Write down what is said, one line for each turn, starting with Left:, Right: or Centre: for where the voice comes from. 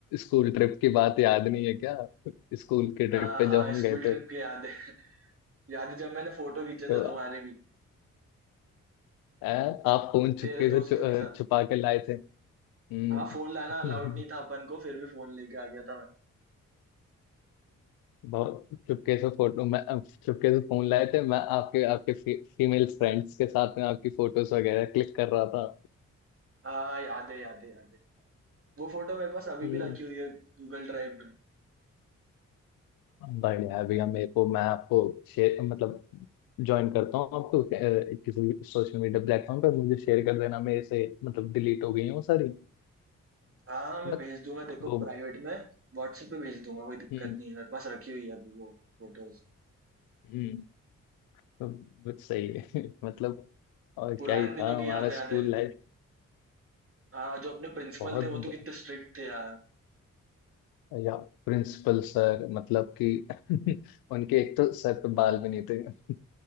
Left: स्कूल ट्रिप की बात याद नहीं है क्या स्कूल के ट्रिप
Right: हाँ
Left: पे
Right: हाँ
Left: जब हम
Right: स्कूल
Left: गए
Right: ट्रिप
Left: थे
Right: की याद है <laughs> याद है जब मैंने फोटो खींचे
Left: तो
Right: थे तुम्हारे भी
Left: आ, आप फोन
Right: तेरे
Left: चुपके से
Right: दोस्तों के साथ
Left: चु, छुपा के लाए थे हम्म,
Right: हाँ फोन लाना अलाउड नहीं था अपन को फिर भी फोन लेके आ गया था मैं
Left: बहुत चुपके से फोटो मैं चुपके से फोन लाए थे मैं आपके आपके फी, फीमेल फ्रेंड्स के साथ में आपकी फोटोज वगैरह क्लिक कर रहा था
Right: हाँ याद है याद है याद है वो फोटो मेरे पास अभी
Left: हम्म,
Right: भी रखी हुई है गूगल ड्राइव में
Left: बढ़िया है भैया मेरे को मैं आपको शेयर मतलब ज्वाइन करता हूँ आपको अ, किसी भी सोशल मीडिया प्लेटफॉर्म पर मुझे शेयर कर देना मेरे से मतलब डिलीट हो गई है वो सारी
Right: हाँ हाँ मैं
Left: बट
Right: भेज दूंगा तेरे को
Left: वो
Right: प्राइवेट में व्हाट्सएप पे भेज दूंगा कोई दिक्कत
Left: हम्म
Right: नहीं है मेरे पास रखी हुई है अभी वो फोटोज
Left: हम्म तो बस सही है <laughs> मतलब और
Right: पुराने
Left: क्या ही था
Right: दिनों की
Left: हमारा
Right: यादें याद
Left: स्कूल
Right: आ जाती
Left: लाइफ
Right: है हाँ जो अपने प्रिंसिपल
Left: बहुत
Right: थे वो
Left: ब-
Right: तो कितने स्ट्रिक्ट थे यार
Left: या प्रिंसिपल सर मतलब कि <laughs> उनके एक तो सर पे बाल भी नहीं थे <laughs>